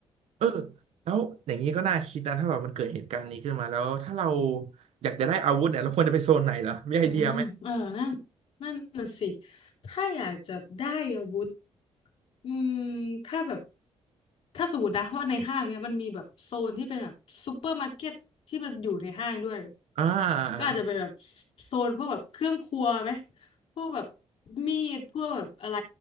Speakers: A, on the right (about 75°); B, on the left (about 60°).
A: เออแล้วอย่างนี้ก็น่าคิดนะถ้าแบบมันเกิดเหตุการณ์นี้ขึ้นมาแล้ว ถ้าเราอยากจะได้อาวุธเนี่ย เราควรจะไปโซนไหนเหรอมีไอเดียไหม
B: อืมเออนั่นนั่นน่ะสิถ้าอยากจะได้อาวุธอืมถ้าแบบถ้าสมมตินะว่าในห้างเนี่ยมันมีแบบโซนที่เป็นแบบซูเปอร์มาร์เก็ตที่มันอยู่ในห้างด้วย
A: อ่าอ่า
B: ก็อาจจะเป็นแบบโซนพวกแบบเครื่องครัวไหมพวกแบบมีดพวกแบบอะไร